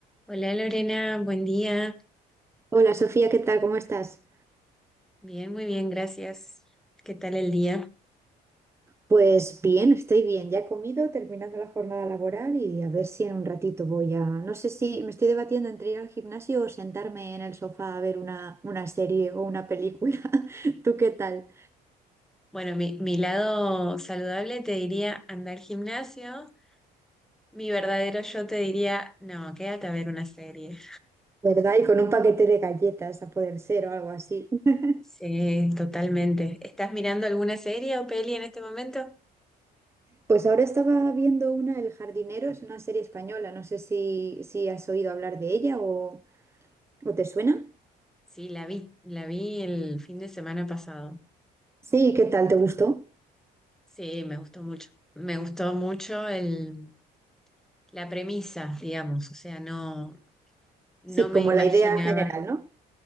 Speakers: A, in the centre; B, on the right (about 15°).
A: Hola Lorena, buen día.
B: Hola Sofía, ¿qué tal? ¿Cómo estás?
A: Bien, muy bien, gracias. ¿Qué tal el día?
B: Pues bien, estoy bien. Ya he comido, terminando la jornada laboral y a ver si en un ratito voy a... No sé si me estoy debatiendo entre ir al gimnasio o sentarme en el sofá a ver una, una serie o una película. <laughs> ¿Tú qué tal?
A: Bueno, mi, mi lado saludable te diría andar al gimnasio. Mi verdadero yo te diría, no, quédate a ver una serie.
B: ¿Verdad? Y con un paquete de galletas a poder ser o algo así. <laughs>
A: Sí, totalmente. ¿Estás mirando alguna serie o peli en este momento?
B: Pues ahora estaba viendo una, El jardinero, es una serie española. No sé si, si has oído hablar de ella o, o te suena.
A: Sí, la vi, la vi el fin de semana pasado.
B: Sí, ¿qué tal? ¿Te gustó?
A: Sí, me gustó mucho. Me gustó mucho el, la premisa, digamos. O sea, no, no
B: Sí,
A: me
B: como
A: imaginaba.
B: la idea general, ¿no?